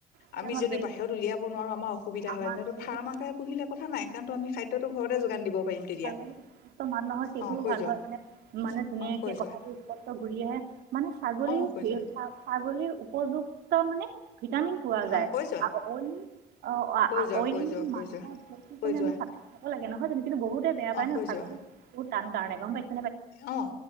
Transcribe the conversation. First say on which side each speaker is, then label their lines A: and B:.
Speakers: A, on the right; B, on the left.
A: খালে
B: আমি
A: আমাৰ
B: যদি
A: ব্ৰেইন
B: বাহিৰত উলিয়া ব নোৱাৰো আমাৰ অসুবিধা
A: আমাৰ
B: হয় যেনেহটো
A: যথেষ্ট
B: ফাৰ্মাকে পুহিলে কথা নাই কাৰণো আমি খাদ্যটো ঘৰতে যোগান দিব পাৰিম তেতিয়া
A: <unintelligible> মানুহৰ সেইটোও
B: অ কৈ
A: ভাল
B: যোৱা
A: হয় মানে। মানে ধুনীয়াকে
B: অ কৈ যোৱা
A: কথাবোৰ স্পষ্ট ঘূৰি আহে মানে ছাগলীৰ
B: অ কৈ
A: ফাৰ্ম
B: যোৱা
A: ছাগলীৰ উপযুক্ত মানে ভিটামিন পোৱা
B: অ
A: যায়।
B: কৈ যোৱা
A: আৰু অইন অ',
B: কৈ
A: আ
B: যোৱা
A: অইন
B: কৈ যোৱা কৈ
A: মাংস
B: যোৱা
A: <unintelligible>
B: কৈ যোৱা
A: লাগে নহয় জানো কিন্তু বহুতে বেয়া পায়
B: অ
A: ন
B: কৈ
A: ছাগলী
B: যোৱা
A: বহূত তান কাৰণে গ'ম পাইছে।
B: অ',